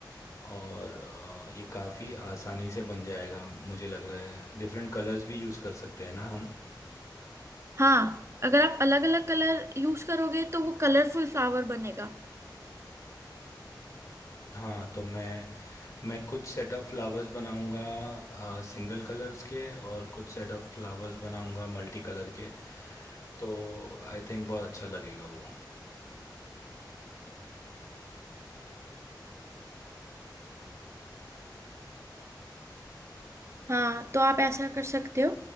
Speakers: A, on the left; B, on the right.
A: और अ, ये काफ़ी आसानी से बन जाएगा मुझे लग रहा है डिफरेंट कलर्स भी यूज़ कर सकते हैं ना हम
B: हाँ अगर आप अलग अलग कलर यूज करोगे तो वो कलरफुल फ्लावर बनेगा
A: हाँ तो मैं मैं कुछ सेट ऑफ फ्लावर्स बनाऊंगा सिंगल कलर्स के और कुछ सेट ऑफ फ्लावर्स बनाऊंगा मल्टी कलर के तो आई थिंक बहुत अच्छा लगेगा वो
B: हाँ तो आप ऐसा कर सकते हो